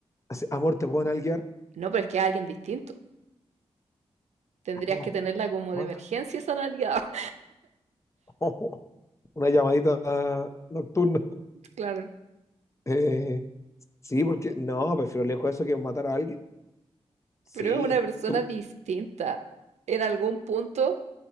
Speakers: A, on the left; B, on the right.
A: así, Amor, ¿te puedo analguear?
B: No, pero es que a alguien distinto. Tendrías
A: Ah,
B: que tenerla como
A: fuck.
B: de emergencia esa nalgueada.
A: <laughs> Una llamadita nocturna.
B: <laughs> Claro.
A: Eh, Sí, porque no, prefiero lejos eso que matar a alguien. Sí,
B: Pero es una persona
A: tú,
B: distinta. En algún punto,